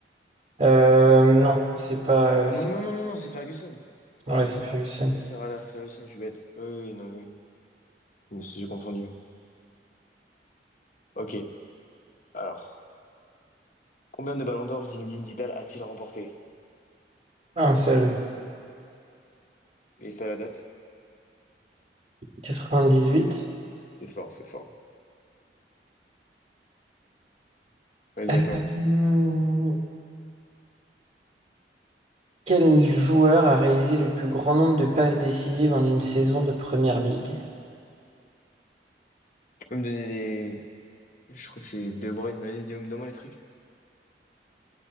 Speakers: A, on the right; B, on the left.
A: Euh, non, c'est pas. euh,
B: Ah
A: c'est-
B: non, non, non, non, non, c'est Ferguson.
A: ouais, c'est Ferguson.
B: C'est Sir Alex Ferguson, je suis bête. Oui, oui, non, oui. oui. Je me suis j'ai confondu. Ok, alors. Combien de ballons d'or Zinedine Zidane a-t-il remporté?
A: Un seul.
B: Et ça, la date?
A: 98.
B: C'est fort, c'est fort. Vas-y, à toi.
A: Hmm, Quel joueur a réalisé le plus grand nombre de passes décisives en une saison de première ligue?
B: Tu peux me donner les... Je crois que c'est De Bruyne, mais vas-y, dis-moi donne-moi les trucs.